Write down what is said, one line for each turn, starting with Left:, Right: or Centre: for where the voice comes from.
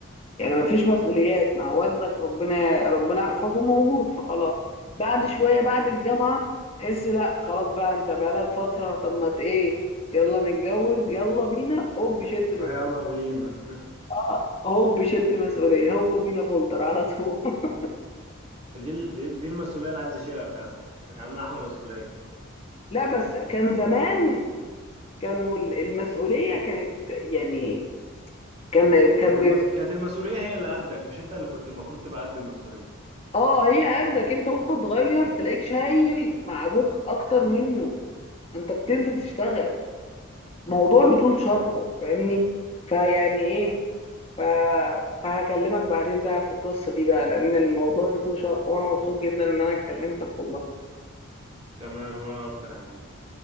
Left: يعني ما فيش مسؤوليات مع والدك ربنا ربنا يحفظه موجود فخلاص بعد شويه بعد الجامعه تحس لا خلاص بقى انت بقالك فتره طب ما ت- ايه يلا نتجوز يلا بينا هوب شلت مسؤوليه
Right: <laughs> يلا بينا
Left: اه هوب شلت مسؤوليه هوب بينا فولتر على طول <laughs>
Right: <laughs> دي ال- دي دي المسؤوليه اللي عايز يشيلها فعلا اما احلى مسؤوليه
Left: لا بس كان زمان كانوا المسؤوليه كانت يعني كان كان
Right: كانت
Left: بيربي
Right: المس... كانت المسؤوليه هي اللي قدك مش انت اللي كنت المفروض تبقى قد المسؤوليه
Left: اه هي قدك انت وانت صغير تلاقيك شايل مع ابوك اكتر منه انت بتنزل تشتغل موضوع يطول شرحه فاهمني فيعني ايه ف... فهكلمك بعدين بقى في القصة دي بقى لان الموضوع يطول شرحه وانا مبسوط جدا ان انا اتكلمتك والله
Right: تمام وانا اكتر يا حبيبي